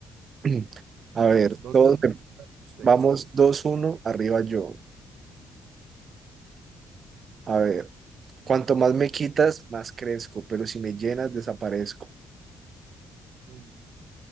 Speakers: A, on the right; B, on the right.
A: <clears throat> A ver,
B: dos
A: todos
B: uno 1
A: me-
B: usted.
A: vamos dos uno arriba yo. A ver, cuanto más me quitas, más crezco, pero si me llenas, desaparezco.
B: Entre